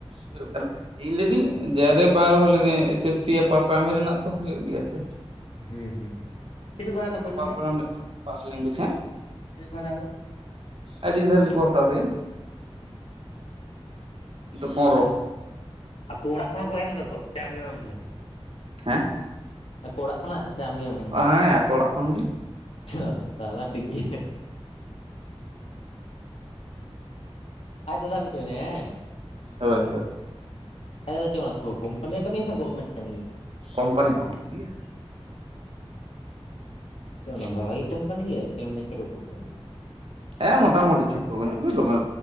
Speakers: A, on the right; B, on the left.
A: ᱦᱩᱭᱩᱜ ᱠᱟᱱᱟ ᱤᱧ ᱞᱟᱹᱭᱫᱟᱹᱧ ᱡᱮ ᱟᱨ ᱮᱯᱷ ᱵᱟᱝ ᱨᱮᱦᱚᱸ ᱞᱤᱫᱟᱹᱧ ᱮᱥ ᱮᱥ ᱥᱤ ᱟᱯᱟᱨ ᱯᱮᱨᱟᱭᱢᱟᱨᱤ ᱨᱮᱱᱟᱜ ᱛᱚ ᱦᱩᱭᱩᱜ ᱜᱮᱭᱟ ᱥᱮ
B: ᱦᱩᱸ ᱦᱩᱸ ᱛᱤᱱᱟᱹᱜ ᱠᱚ ᱦᱟᱛᱟᱣᱫᱟ ᱯᱚᱭᱥᱟ
A: ᱟᱯᱟᱨ
B: ᱚᱸᱰᱮ
A: ᱯᱨᱟᱭᱢᱟᱨᱤ ᱯᱷᱟᱥᱴ ᱞᱮᱝᱜᱩᱭᱮᱡᱽ ᱦᱮᱸ
B: ᱛᱤᱱᱟᱹᱜ ᱠᱚ ᱦᱟᱛᱟᱣᱫᱟ?
A: ᱟᱹᱰᱤ ᱰᱷᱮᱨ ᱜᱮᱠᱚ ᱦᱟᱛᱟᱣ ᱫᱟᱭᱟ, ᱱᱤᱛᱚᱜ ᱯᱚᱱᱨᱚ
B: ᱟᱠᱚ ᱚᱲᱟᱜ ᱠᱷᱚᱱᱟᱜ ᱠᱚ ᱮᱢ ᱫᱟᱛᱚ ᱥᱮ ᱟᱢᱜᱮᱢ ᱮᱢᱫᱟ
A: ᱦᱮᱸ
B: ᱟᱠᱚ ᱚᱲᱟᱜ ᱠᱷᱚᱱᱟᱜ ᱥᱮ ᱟᱢᱜᱮᱢ ᱮᱢ?
A: ᱦᱮᱸ ᱟᱠᱚ ᱚᱲᱟᱜ ᱠᱷᱚᱱ ᱜᱮ
B: ᱚ ᱛᱟᱦᱚᱞᱮ ᱴᱷᱤᱠ ᱜᱮᱭᱟ ᱟᱡ ᱫᱟᱫᱟ ᱢᱤᱫᱴᱮᱡ ᱢᱮᱱᱟᱭᱟ ᱦᱮᱸ ᱾
A: ᱦᱳᱭ ᱦᱳᱭ᱾
B: ᱟᱡ ᱫᱟᱫᱟ ᱫᱚ ᱪᱮᱫ ᱠᱳᱢᱯᱟᱱᱤ ᱨᱮ ᱠᱟᱹᱢᱤᱭᱟ ᱥᱮ ᱜᱚᱵᱷᱢᱮᱱ ᱠᱟᱹᱢᱤ ᱜᱮᱭᱟ?
A: ᱠᱚᱢᱯᱟᱱᱤ ᱠᱚᱢᱯᱟᱱᱤᱭᱟ᱾
B: <unintelligible> ᱪᱮᱫ ᱚᱱᱟ ᱵᱷᱟᱜᱤ ᱠᱳᱢᱯᱟᱱᱤ ᱜᱮ ᱥᱮ ᱮᱢᱱᱤ ᱪᱷᱳᱴᱳ ᱠᱳᱢᱯᱟᱱᱤ ᱜᱮ?
A: ᱦᱮᱸ ᱢᱳᱴᱟᱢᱩᱴᱤ ᱪᱷᱳᱴᱳ ᱧᱚᱜ ᱜᱮ ᱫᱚᱢᱮ